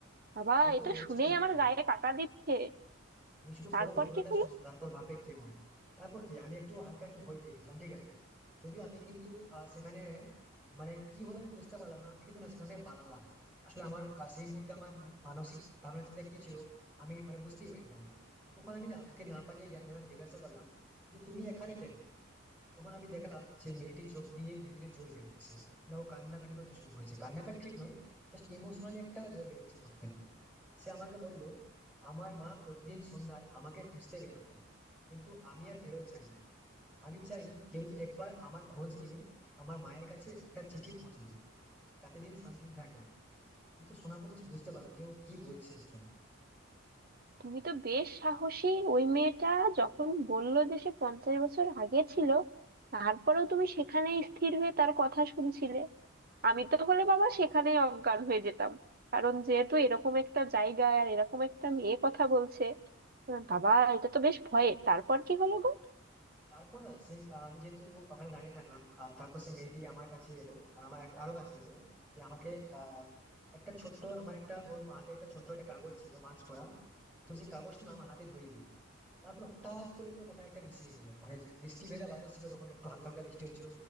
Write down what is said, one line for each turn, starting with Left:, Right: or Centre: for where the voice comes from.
Right: বাবা
Centre: তাহলে
Right: এটা
Centre: তো বলছি
Right: শুনেই
Centre: তোমাকে
Right: আমার গায়ে কাটা দিচ্ছে
Centre: তুমি শুধু
Right: তারপর
Centre: পুরো ঘটনাটা
Right: কি হলো
Centre: শোনো তারপর ভাবে কেমন তারপর কি আমি একটু হালকা একটু ভয় পেয়ে গেছিলাম ঠিক আছে যদিও আমি কিন্তু আহ, সেখানে মানে কি হলো আমি বুঝতে পারলাম না আমি কিন্তু না সেখান থেকে পালালাম আসলে আমার আহ, সেই মুহূর্তে আমার মানসিক ভাবনা চিন্তা কি ছিল আমি মানে বুঝতেই পারি তখন তখন আমি না ওকে না পালিয়ে গিয়ে আমি যখন জিজ্ঞাসা করলাম যে তুমি এখানে কেন তখন আমি দেখলাম যে মেয়েটির চোখ দিয়ে ধীরে ধীরে জল বেরোচ্ছে না ও কান্নাকাটি করতে শুরু করেছে কান্নাকাটি ঠিক নয় জাস্ট ইমোশনালি একটা জল বেরোচ্ছে চোখ থেকে সে আমাকে বলল আমার মা প্রতিদিন সন্ধ্যায় আমাকে খুঁজতে বেরোতো কিন্তু আমি আর ফেরত যাইনি আমি চাই কেউ একবার আমার খোঁজ নিয়ে আমার মায়ের কাছে একটা চিঠি পৌঁছে দিন যাতে তিনি শান্তিতে থাকেন আমি তো শোনার পর just বুঝতে পারলাম যে ও কি বলছে একজন
Right: তুমি তো বেশ সাহসী ওই মেয়েটা যখন বললো যে সে পঞ্চাশ বছর আগে ছিল তারপরেও তুমি সেখানে স্থির হয়ে তার কথা শুনছিলে আমি তো হলে বাবা সেখানেই অজ্ঞান হয়ে যেতাম কারণ যেহেতু এরকম একটা জায়গায় আর এরকম একটা মেয়ে কথা বলছে আহ, বাবা এটা তো বেশ ভয়ের তারপর কি হলো গো
Centre: তারপর না সেই আহ, আমি যেহেতু ওখানে দাঁড়িয়ে থাকলাম আহ, তারপর সেই মেয়েটি আমার কাছে এলো মানে আমার এক- আরো কাছে এলো যে আমাকে আহ, একটা ছোট্ট আমার একটা ওর হাতে একটা ছোট্ট একটা কাগজ ছিল মাছ করা তো সেই কাগজটা না আমার হাতে ধরিয়ে দিল তারপর হঠাৎ করে যেন কোথায় একটা মিশিয়ে গেল মানে যে বৃষ্টি ভেজা বাতাস ছিল তখন একটু হালকা হালকা বৃষ্টি হচ্ছিল